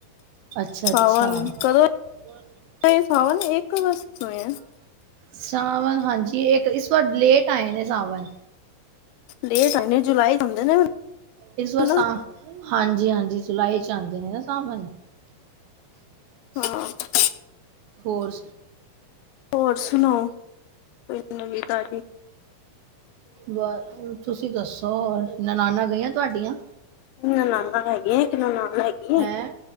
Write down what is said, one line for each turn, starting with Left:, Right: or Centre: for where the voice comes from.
Right: ਅੱਛਾ ਅੱਛਾ
Left: ਹਵਨ ਕਦੋਂ?
Right: <unintelligible>
Left: ਤਾਂ ਇਹ ਸਾਵਣ ਇੱਕ ਵਸ ਤੋਂ ਹੋਏ ਆ।
Right: ਸਾਵਣ ਹਾਂਜੀ, ਇੱਕ ਇਸ ਵਾਰ ਲੇਟ ਆਏ ਨੇ ਸਾਵਣ।
Left: ਲੇਟ ਹਨੀ ਜੁਲਾਈ ਹੁੰਦੇ ਨੇ।
Right: ਇਸ ਵਾਰ
Left: ਹਾਂ
Right: ਹਾਂਜੀ ਹਾਂਜੀ ਜੁਲਾਈ ਚ ਆਂਦੇ ਨੇ ਨਾ ਸਾਵਣ। <unintelligible>
Left: ਹਾਂ।
Right: ਹੋਰ?
Left: ਹੋਰ ਸੁਣਾਓ, ਕੋਈ ਨਵੀਂ ਤਾਜੀ।
Right: ਵਾ ਤੁਸੀਂ ਦੱਸੋ ਹੋਰ ਨਨਾਨਾ ਗਈਆਂ ਤੁਹਾਡੀਆਂ?
Left: ਨਨਾਨਾ ਹੈਗੀ ਐ, ਇੱਕ ਨਨਾਨ ਹੈਗੀ
Right: ਹੈਂ
Left: ਐ